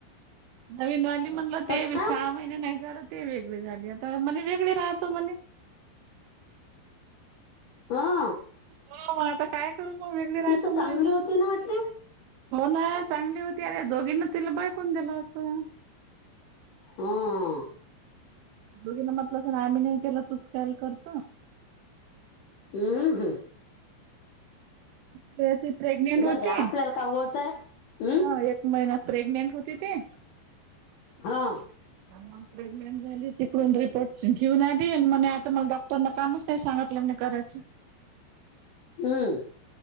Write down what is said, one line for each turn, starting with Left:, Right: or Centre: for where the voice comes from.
Right: नवीनवाली म्हणलं
Left: कस
Right: तेी
Left: काय
Right: सहा महिने नाही जर. ते वेगळी झाली आता म्हणे वेगळी राहतो म्हणे.
Left: हा.
Right: हो मग आता काय करू म वेगळे
Left: ती
Right: राहतो
Left: तर चांगली
Right: म्ह.
Left: होती ना वाटते
Right: हो ना चांगली होती अरे दोघींना तिला बैकून दिलं असं.
Left: हम्म.
Right: दोघीना म्हटलं असं ना आम्ही नाही केलं तुच काल करत.
Left: हम्म हम्.
Right: ते ती प्रेग्नेंट होती
Left: जाऊ दे आपल्याला काय ओळच आहे हम्म
Right: हा एक महिना. प्रेग्नेंट होते ते.
Left: हा.
Right: आणि मग प्रेग्नेंट झाली त. रिपोर्ट घेऊन दे आता मला डॉक्टर न कामच नाही सांगितलं म्ह करायच. <inaudible>
Left: हम्म.